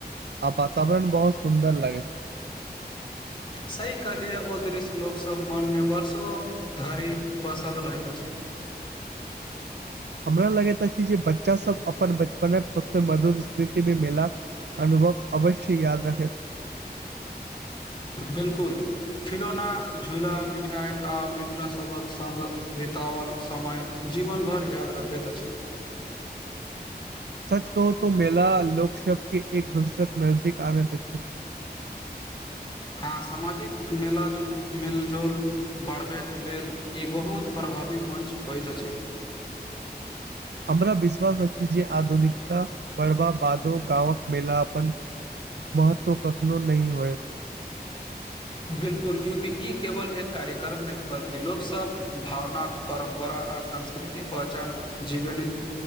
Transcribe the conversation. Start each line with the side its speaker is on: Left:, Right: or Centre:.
Right: आ वातावरण बहुत सुन्दर लागैत
Left: सही कहलिए ओ दृश्य लोकसभ मनमे वर्षों धरि बसल रहैत अछि
Right: <inaudible> हमरा लगैत अछि जे बच्चा सब अपन बचपनक सबसे मधुर स्मृतिमे मेला अनुभव अवश्य याद रखैत
Left: बिलकुल खिलौना झूला मिठाई आ मित्र सभक सङ्ग बितावल समय जीवन भरि याद रखैत अछि
Right: <inaudible> सच कहू तो मेला लोक शब के एक दोसरक नजदीक आनैत अछि <inaudible>
Left: हँ सामाजिक मेला मेलजोल बढ़बैके लेल ई बहुत प्रभावी मञ्च होइत अछि
Right: <inaudible> हमरा विश्वास अछि जे आधुनिकता बढ़बा बादो गाँवक मेला अपन महत्व कखनो नहि होयत
Left: बिल्कुल क्यूंकि ई केवल एक कार्यक्रम नहि बल्कि लोक सब भावना परम्परा आ आ संस्कृति पहचान जीवनित